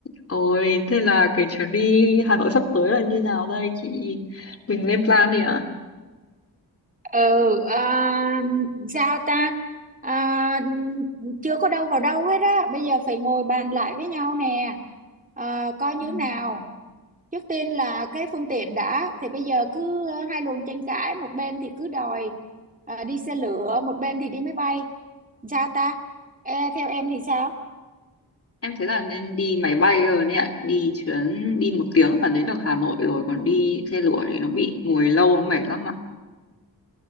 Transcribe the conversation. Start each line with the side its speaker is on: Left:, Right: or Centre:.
Left: Ôi, thế là cái chuyến đi Hà Nội sắp tới là như nào đây chị? Mình lên plan đi ạ.
Right: ừ à, sao ta À, chưa có đâu vào đâu hết á bây giờ phải ngồi bàn lại với nhau nè À, coi như
Left: Ừ.
Right: nào trước tiên là cái phương tiện đã thì bây giờ cứ hai luồng tranh cãi một bên thì cứ đòi à, đi xe lửa một bên thì đi máy bay sao ta Ê, theo em thì sao
Left: Em thấy là nên đi máy bay rồi đấy ạ. Đi chuyến đi một tiếng là đến được Hà Nội rồi. Còn đi xe lửa thì nó bị ngồi lâu nó mệt lắm ạ.